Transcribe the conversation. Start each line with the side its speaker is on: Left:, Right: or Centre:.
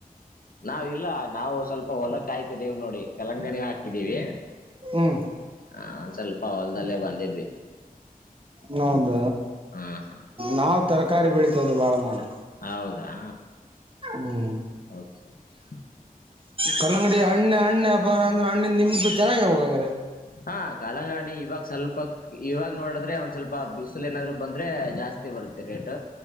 Left: ನಾವ ಇಲ್ಲ ನಾವು ಸ್ವಲ್ಪ ಹೊಲ ಕಾಯ್ತ ದೇವ ನೋಡಿ ಕಲಂಗಡಿ ದಣ ಹಾಕಿದೀವಿ.
Right: ಹ್ಮ್
Left: ಹ ಸ್ವಲ್ಪ ಹೊಲ್ದಲ್ಲೇ ಬಂದಿದ್ವಿ.
Right: ನೌದ
Left: ಹ್ಮ್ ಹ್ಮ್
Right: ನಾವ ತರಕಾರಿ ಬೆಳಿತಿದ್ದೀವಿ ಬಾಳ ಮಾಡಿ.
Left: ಹೌದಾ.
Right: ಹ್ಮ್.
Left: Okay okay.
Right: ಕಲ್ಲಂಗಡಿ ಹಣ್ಣ ಹಣ್ಣ ವ್ಯಾಪಾರ ಅಂದ್ರೆ ಹಣ್ಣಿನ ನಿಮ್ದು ಚೆನ್ನಾಗ ಇದವ ಹಂಗಾದ್ರೆ.
Left: ಹಾ ಕಾಲಂಗಾಣಿ ಇವಾಗ ಸ್ವಲ್ಪ ಇವಾಗ ನೋಡಿದ್ರೆ ಒಂದ್ ಸ್ವಲ್ಪ ಬಿಸಿಲು ಏನಾದ್ರು ಬಂದ್ರೆ ಜಾಸ್ತಿ. ಬರುತ್ತೆ ರೇಟ್.